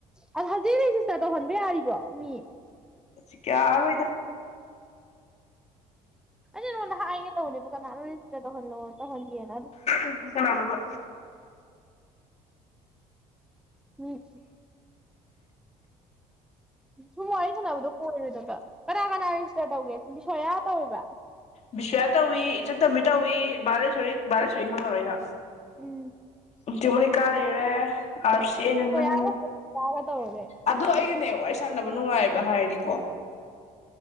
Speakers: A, in the centre; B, on the left.
A: ꯑꯗꯣ ꯍꯧꯖꯤꯛ ꯖꯤꯁꯇꯔ ꯇꯧꯍꯟꯕ ꯌꯥꯔꯤꯕꯣ ꯃꯤ
B: ꯀꯌꯥꯔ ꯑꯣꯏꯗ
A: ꯑ ꯅꯣꯟꯅ ꯍꯥꯏꯑꯒꯦ ꯇꯧꯅꯦꯕ ꯀꯥꯟꯅ ꯇꯍꯂ ꯇꯍꯟꯒ
B: ꯨꯡ ꯀꯒꯣ
A: ꯎꯝ ꯁꯨꯝ ꯋꯥꯔꯤ ꯁꯥꯟꯅꯕꯗꯣ ꯀꯣꯏꯔꯣꯏꯗꯕ ꯀꯅꯥ ꯀꯅꯥ ꯏꯁꯇꯔ ꯇꯧꯒꯦ ꯁꯤꯗꯤ ꯁꯣꯏꯌꯥ ꯇꯧꯋꯦꯕ
B: ꯕꯤꯁ꯭ꯌꯥ ꯇꯧꯏ ꯏꯆꯟ ꯇꯝꯕꯤ ꯇꯧꯏꯤ ꯕꯥꯔꯂꯦꯁꯔꯤ ꯕꯥꯂꯦꯁꯣꯔꯤ ꯈꯪꯉꯔꯣꯏꯅ
A: ꯎꯝ
B: ꯏꯆ ꯃꯅꯤ ꯀꯥꯔꯦꯔꯦ ꯑꯔ ꯁꯤ ꯅꯪ
A: ꯁꯣꯌꯥꯒ ꯁꯣꯅꯤꯀꯥꯒ ꯇꯧꯔꯦ
B: ꯑꯗꯨ ꯑꯩ ꯋꯥꯔꯤ ꯁꯥꯟꯅꯕ ꯅꯨꯡꯉꯥꯏꯕ ꯍꯥꯏꯔꯗꯤꯀꯣ